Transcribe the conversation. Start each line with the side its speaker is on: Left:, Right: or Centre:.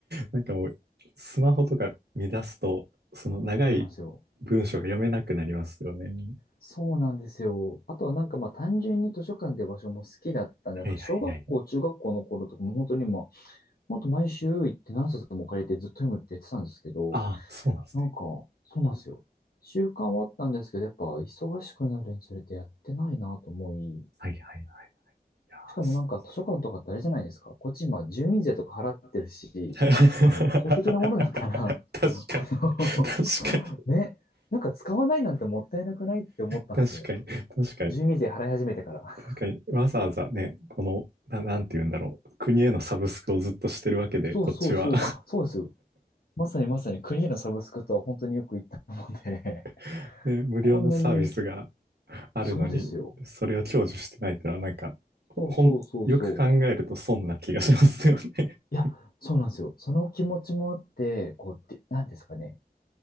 Right: なんかもう、スマホとか見出すと、その長い
Left: そうなんですよ。
Right: 文章が読めなくなりますよね。
Left: そうなんですよ。あとはなんかまあ単純に図書館って場所も好きだったんで、
Right: はいはいはい。
Left: なんか小学校、中学校の頃とかも本当にもうほんと毎週行って何冊も借りてずっと読むって言ってたんですけど、
Right: ああ、そうなんですね。
Left: なんか、そうなんですよ。習慣はあったんですけど、やっぱ忙しくなるにつれてやってないなと思い、
Right: はいはいはい。いやーそうで
Left: しかもなんか図書館とかってあれじゃないですか。こっち今住民税とか払ってるし、
Right: すね。<laughs>
Left: あの、公的なものだったら、
Right: <laughs>
Left: <laughs>
Right: 確かに。
Left: あ
Right: 確かに。
Left: のね、なんか使わないなんてもったいなくないって思ったんですよ。
Right: 確かに。確かに。
Left: 住民税払い始めてから。<laughs>
Right: 確かに。わざわざね、この、な、なんて言うんだろう。国へのサブスクをずっとしてるわけで、
Left: そうそうそう。
Right: こっちは。
Left: あ、そうですよ。まさにまさにクリーのサブスクとは本当によく言ったので
Right: <laughs> ね、
Left: <laughs>
Right: 無料のサービスが
Left: こんなに、
Right: あるのに、
Left: そうですよ。
Right: それを享受してないってのは、なんか、ほほん、
Left: そうそうそうそう。
Right: よく考えると損な気がしますよね。<laughs>
Left: いや、そうなんですよ。その気持ちもあって、こう、で、なんですかね。